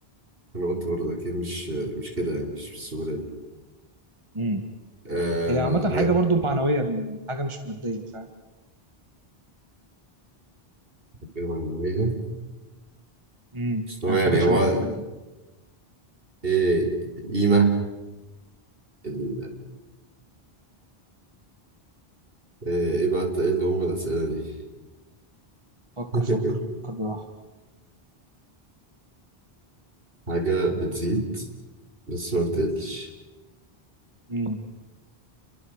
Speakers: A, on the right; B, on the right.
A: أنا قلت برضه أكيد مش مش كده يعني مش بالسهولة دي
B: امم
A: آه
B: هي عامة حاجة
A: رجعت
B: برضو معنوية حاجة مش مادية فاهم
A: التجربة المعنوية
B: امم
A: بس هو
B: يعني
A: يعني
B: حاجة شبه
A: هو
B: حاجة
A: إيه القيمة ال- إيه إيه بقى إيه اللي أم الأسئلة دي
B: فكر
A: <laughs>
B: فكر فكر براحة
A: حاجة بتزيد بس ما بتقلش
B: امم